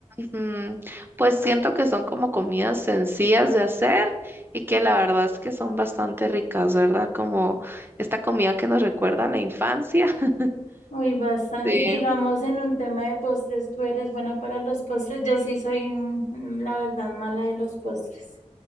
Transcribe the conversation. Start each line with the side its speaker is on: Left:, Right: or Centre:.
Right: Mm, pues siento que son como comidas sencillas de hacer y que la verdad es que son bastante ricas, ¿verdad? Como esta comida que nos recuerda a la infancia. <laughs>
Left: Uy, bastante.
Right: Sí.
Left: Digamos, en un tema de postres, ¿tú eres buena para los postres? Yo sí soy, mm, la verdad, mala de los postres.